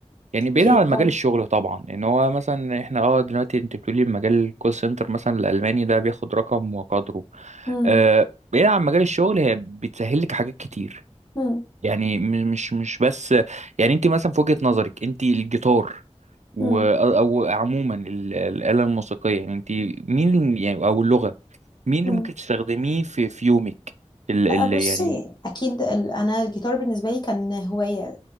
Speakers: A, on the right; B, on the left.
A: يعني بعيد
B: اكيد
A: عن
B: طبعا
A: مجال الشغل طبعا ان هو مثلا احنا اه دلوقتي انت بتقولي مجال الكول سنتر مثلا الالماني ده بياخد رقم وقدره
B: مم.
A: آه، بعيد عن مجال الشغل هي بتسهل لك حاجات كتير
B: مم.
A: يعني م- مش مش بس يعني انت مثلا في وجهة نظرك انت الجيتار و
B: مم.
A: او عموما ال- الآلة الموسيقية يعني انت مين الم- يعني او اللغة مين اللي
B: مم.
A: ممكن تستخدميه في في يومك ال ال
B: أه، بصي
A: يعني
B: اكيد ال- انا الجيتار بالنسبه لي كان هوايه